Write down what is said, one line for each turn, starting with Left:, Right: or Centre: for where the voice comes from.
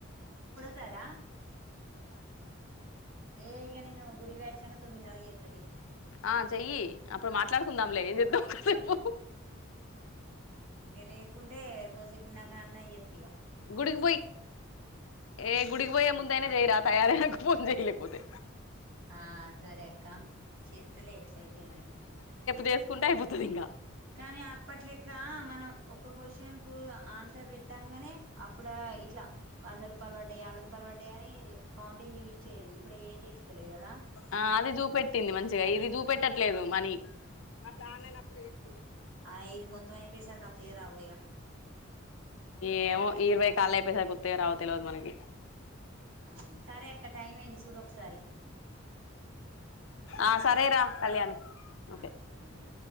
Right: జరా ఏకనీ ను గుడిీ వ్యాచ్ చంగా తొమ్మిదిన్నర చేత్తతీ <inaudible>
Left: ఆ చెయ్యి అప్పుడు మాట్లాడుకుందాంలే ఏం చేద్దాం కాసేపు
Right: ఇగ లేకుంటే కోసేపున్నాక అన్న చేస్తా
Left: గుడికి పోయ్ ఏ గుడికి పోయే ముందయినే జేయ్ రా తయారైనంక వద్దు ఫోన్ జై లేక్ పోతే
Right: ఆ సరే అక్క చెత్తలే ఎట్లయితే ఏంది
Left: వేసుకుంట అయిపోతది ఇంకా
Right: కానీ అప్పట్ లెక్క మనం ఒక క్వశ్చన్ న్ ఆన్సర్ పెట్టాంగనే అప్పుడ ఇట్లా వంద రూపాయలు పడ్డాయ్ యాభై రూపా పర్వ డే అని <inaudible> చూయించేది ఇప్పుడు ఏం చూయిస్తలేదు కదా
Left: ఆ అది చూపెట్టింది మంచిగా ఇది చూపెట్టట్లేదు మనీ అట్లా ఆన్లైన్ అప్లై చేసి
Right: హా ఇది మొత్తం ఐపేసర్క్ అత్తమ్ తీరా పోయిగా <inaudible>
Left: ఏమో ఇరవై కాల్ లు అయిపోయసరి ఒత్తయో రావో తెలియదు మనకి
Right: ఆ సరే అక్క టైం అయింది చూడు ఒకసారి
Left: ఆ సరేరా కళ్యాణి
Right: ఆ
Left: ఓకే
Right: వయ్యా